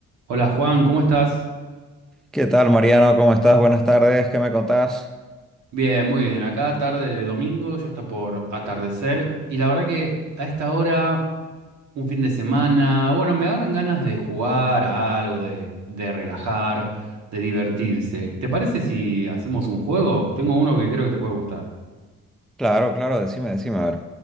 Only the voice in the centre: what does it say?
¿Qué tal, Mariano? ¿Cómo estás? Buenas tardes. ¿Qué me contás?
Claro, claro, decime, decime, a ver.